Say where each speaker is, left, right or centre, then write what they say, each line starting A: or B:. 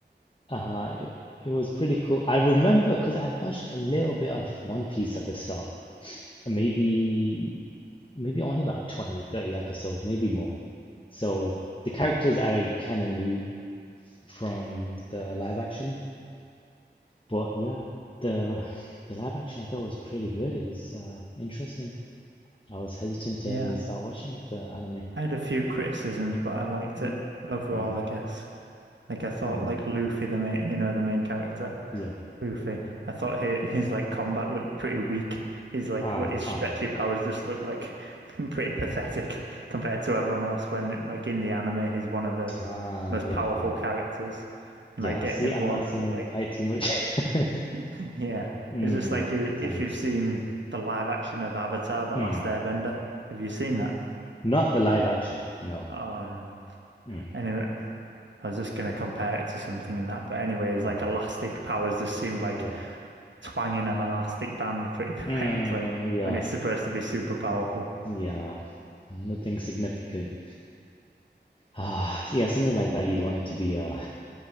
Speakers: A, on the left; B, on the right.
A: Uh, it, it was pretty cool. I remember because I watched a little bit of One Piece at the start, and maybe maybe only about twenty, thirty 30 episodes, maybe more. So the characters I kind of knew from the live action. But yeah, the the live action I thought was pretty good. It was uh, interesting. I was hesitant to
B: Yeah,
A: even start watching the anime.
B: I had a few criticisms, but I liked
A: Mm,
B: it overall,
A: mm,
B: I guess. Like I thought
A: mm,
B: like Luffy the main, you know, the main character.
A: yeah.
B: Poofy. I thought his, his like combat looked pretty weak. His like
A: Ah,
B: what his
A: uh-huh.
B: stretchy powers just look like <laughs> pretty pathetic compared to everyone else. When like in the anime, he's one of the
A: Ah,
B: most
A: yeah,
B: powerful
A: yeah.
B: characters, and
A: Yeah,
B: like get
A: see,
B: everyone
A: I've not seen him
B: like
A: fight too much. <laughs>
B: <laughs> yeah.
A: Mm,
B: It's just like you if
A: that makes
B: you've seen
A: sense.
B: the live action of Avatar: The
A: Mm.
B: Last Airbender. Have you seen that?
A: Not the live action. No.
B: Oh no.
A: Mm.
B: Anyway, I was just gonna compare it to something in that, but anyways,
A: Ah,
B: like elastic powers just seemed like
A: yeah.
B: twanging an elastic band pretty pathetically
A: Mm, yeah.
B: when it's supposed to be super powerful.
A: Yeah. Nothing significant. Ah, yeah, something like that. You'd want it to be uh